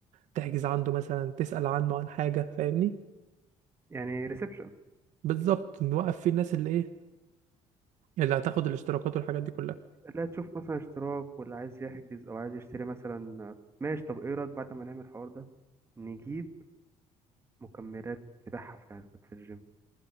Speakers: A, on the right (about 70°); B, on the right (about 20°).
A: تحجز عنده مثلا تسال عنه عن حاجه فاهمني
B: يعني ريسبشن
A: بالظبط نوقف فيه الناس اللي ايه اللي هتاخد الاشتراكات والحاجات دي كلها
B: لا تشوف مثلا اشتراك ولا عايز يحجز او عايز يشتري مثلا ماشي طب ايه رايك بعد ما نعمل الحوار ده نجيب مكملات نبيعها في علبة في الجيم